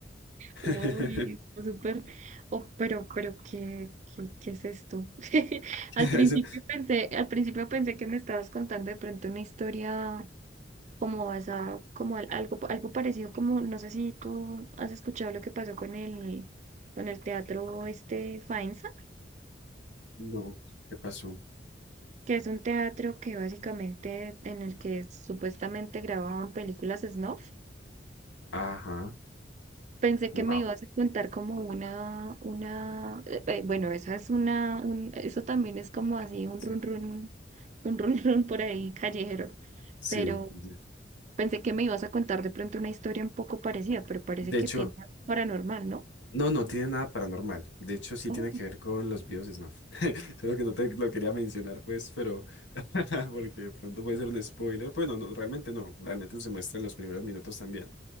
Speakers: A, on the left (about 80°); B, on the right (about 40°).
A: <laughs>
B: Uy, pues súper. Oh, pero, pero, ¿qué, qué, qué es esto? <laughs> Al
A: Dicen,
B: principio pensé, al principio pensé que me estabas contando de pronto una historia. como basado, como al- algo, algo parecido, como no sé si tú has escuchado lo que pasó con el, con el teatro este Faenza,
A: No, ¿qué pasó?
B: que es un teatro que básicamente en el que supuestamente grababan películas snuff.
A: Ajá,
B: Pensé
A: wow.
B: que me ibas a contar como una, una, eh, eh, bueno, esa es una, un- eso también es como así un
A: Sí,
B: run run, un run <laughs> run por ahí callejero,
A: sí.
B: pero
A: ya.
B: pensé que me ibas a contar de pronto una historia un poco parecida, pero parece
A: De
B: que
A: hecho,
B: tiene algo paranormal, ¿no?
A: no, no tiene nada paranormal. De hecho, sí
B: Oh.
A: tiene que ver con los videos de Snuff. <laughs> Solo que no te lo quería mencionar, pues, pero <laughs> porque de pronto puede ser un spoiler. Bueno, no, no, realmente no. Realmente se muestra en los primeros minutos también.